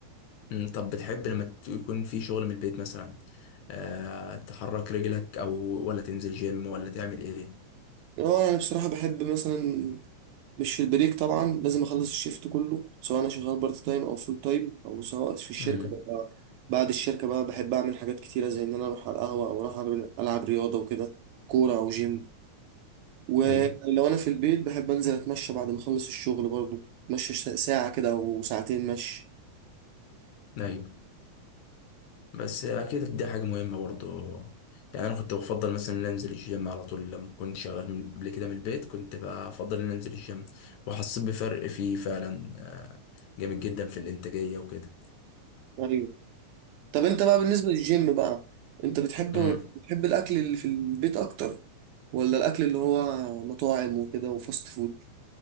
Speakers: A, on the left (about 75°); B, on the right (about 75°).
A: أمم، طب بتحب لما يكون في شغل من البيت مثلا أه تحرك رجلك او ولا تنزل جيم ولا تعمل ايه
B: اه انا بصراحة بحب مثلا مش في البريك طبعا لازم اخلص الشيفت كله سواء انا شغال بارت تايم او فول تايم او سواء في الشركة
A: امم
B: ببقى بعد الشركة بقى بحب اعمل حاجات كتيرة زي ان انا اروح على القهوة او اروح ألعب ألعب رياضة وكده كورة او جيم ولو
A: ايوه
B: انا في البيت بحب انزل اتمشى بعد ما اخلص الشغل برضو اتمشى ساعة كده او ساعتين مشي
A: ايوه بس اكيد دي حاجه مهمه برضو يعني انا كنت بفضل مثلا ان انزل الجيم على طول لما كنت شغال من- قبل كده من البيت كنت بقى افضل ان انزل الجيم وحسيت بفرق فيه فعلا آه، جامد جدا في الانتاجيه وكده
B: أيوة. طب انت بقى بالنسبة للجيم بقى انت بتحب
A: امم
B: بتحب الاكل اللي في البيت اكتر ولا الاكل اللي هو مطاعم وكده وفاست فود